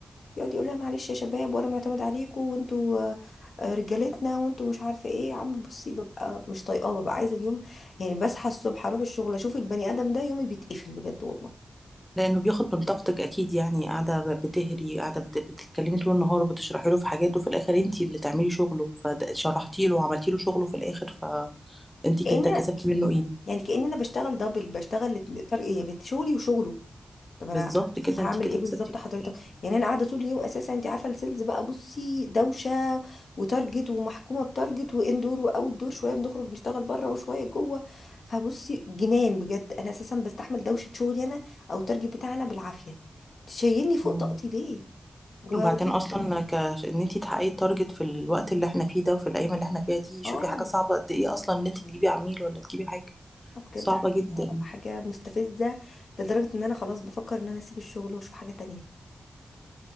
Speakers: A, on the left (about 70°); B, in the centre.
A: يقعد يقول لها معلش يا شباب وانا معتمد عليكم وانتوا آه، آه، رجالتنا وانتوا مش عارفه ايه يا عم بصي ببقى مش طايقاه ببقى عايزه اليوم يعني بصحى الصبح اروح الشغل اشوف البني ادم ده يومي بيتقفل بجد والله
B: لانه بياخد من طاقتك اكيد يعني قاعده ب- بتهري قاعده بت- بتتكلمي طول النهار بتشرحي له في حاجات وفي الاخر انتي اللي تعملي شغله فشرحتي له وعملتي له شغله في الاخر فانتي
A: كأن
B: كت- كسبتي منه ايه
A: يعني كأن انا بشتغل دبل بشتغل فرق إيه؟ بت- شغلي وشغله طب انا
B: بالظبط كده
A: هعمل
B: انتي كده
A: ايه بالظبط
B: كسبتي منه
A: حضرتك
B: ايه
A: يعني انا قاعده طول اليوم اساسا انت عارفه السيلز بقى بصي دوشه وتارجت ومحكومه بتارجت واندور واوت دور شويه بنخرج نشتغل بره وشويه جوه فبصي جنان بجد انا اساسا بستحمل دوشه شغلي انا او التارجت بتاعنا بالعافيه تشيلني فوق
B: مم.
A: طاقتي ليه ودي
B: وبعدين اصلا ك... ان انتي تحققي التارجت في الوقت اللي احنا فيه ده وفي الايام اللي احنا فيها دي
A: اه
B: شوفي حاجه صعبه قد ايه اصلا ان انتي تجيبي عميل ولا تجيبي حاجه
A: بجد
B: صعبه
A: ح-
B: جدا
A: حاجه مستفزه لدرجه ان انا خلاص بفكر ان انا اسيب الشغل واشوف حاجه تانية